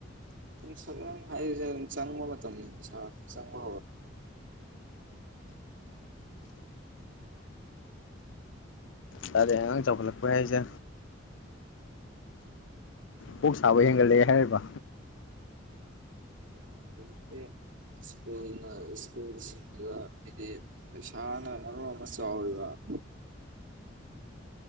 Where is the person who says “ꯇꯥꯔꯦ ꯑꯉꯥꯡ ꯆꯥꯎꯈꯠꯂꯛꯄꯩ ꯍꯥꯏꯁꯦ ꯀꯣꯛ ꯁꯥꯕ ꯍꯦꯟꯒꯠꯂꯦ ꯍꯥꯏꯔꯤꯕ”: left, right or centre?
Left